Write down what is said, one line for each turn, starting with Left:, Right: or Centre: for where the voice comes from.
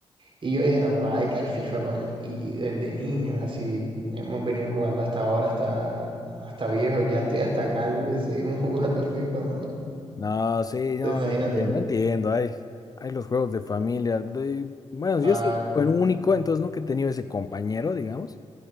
Right: Y yo dije, no, hay que al FIFA con él. Y desde niños, así, hemos venido jugando hasta ahora, hasta, hasta viejo, ya estoy hasta calvo y seguimos <laughs> jugando FIFA, mano.
Left: No, sí,
Right: Entonces,
Left: no,
Right: imagínate,
Left: entiendo, entiendo. Hay, hay los juegos de familia. de- bueno,
Right: claro.
Left: yo soy el único, entonces nunca he tenido ese compañero, digamos.